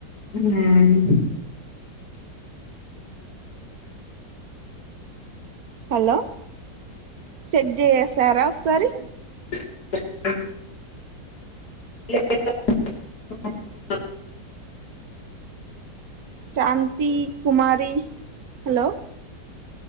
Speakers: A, on the left; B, on the right.
A: హ్మ్
B: హలో చెక్ జేసారా ఒక్సారి
A: <inaudible> <unintelligible>
B: శాంతీ కుమారి హలో!